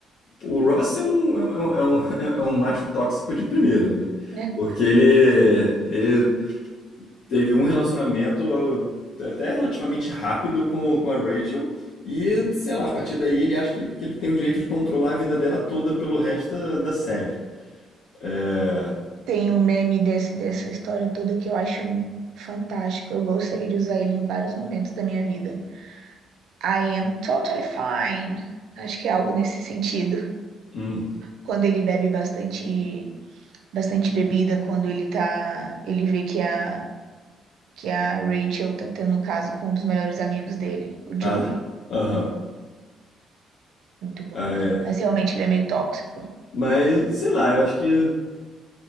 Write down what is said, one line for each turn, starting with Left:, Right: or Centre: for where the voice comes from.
Left: o Ross é um, é um, é um, é um <laughs> é um macho tóxico de primeira, né?
Right: né?
Left: Porque ele, ele teve um relacionamento uh, até relativamente rápido com, com a Rachel. E, sei lá, a partir daí ele acha que ele, que ele tem o direito de controlar a vida dela toda pelo resto da, da série. É.
Right: Tem um meme desse, dessa história toda que eu acho fantástico. Eu gostaria de usar ele em vários momentos da minha vida. I am totally fine. Acho que é algo nesse sentido.
Left: Hum.
Right: Quando ele bebe bastante, bastante bebida, quando ele tá, ele vê que a que a Rachel tá tendo um caso com um dos melhores amigos dele, o Joey.
Left: Ah. Aham.
Right: Muito bom.
Left: Ah, é.
Right: Mas realmente ele é meio tóxico.
Left: Mas, sei lá, eu acho que